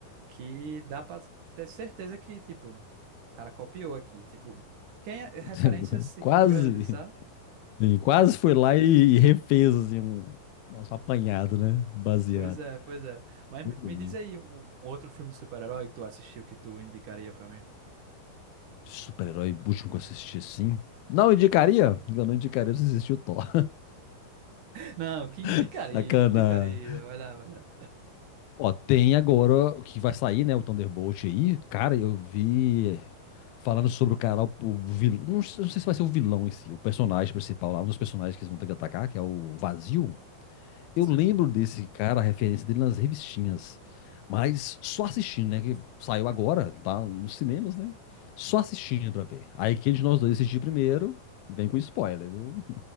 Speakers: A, on the right; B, on the left.
A: que dá para ter certeza que, tipo, o cara copiou aqui, tipo, quem é,
B: <laughs>
A: referências, tipo,
B: Quase,
A: grandes, sabe?
B: Sim, quase foi lá e, e refez, assim, um, nosso apanhado, né? Baseado.
A: Pois é, pois é. Mas
B: Muito
A: me, me
B: bom.
A: diz aí um, um outro filme de super-herói que tu assistiu que tu indicaria para mim.
B: De Super-herói último que eu assisti assim. Não indicaria? Eu não indicaria você assistir o Thor.
A: Não, que indicaria,
B: <laughs> Sacana.
A: indicaria. Vai lá, vai lá.
B: Ó, tem agora o que vai sair, né? O Thunderbolt aí. Cara, eu vi falando sobre o cara, o vilão. Não, sei não sei se vai ser o vilão em si, o personagem principal lá, um dos personagens que eles vão ter que atacar, que é o Vazio. Eu
A: Sim.
B: lembro desse cara, a referência dele nas revistinhas, mas só assistindo, né? Que saiu agora, tá nos cinemas, né? Só assistindo pra ver. Aí quem de nós dois assistir primeiro, vem com spoiler, viu?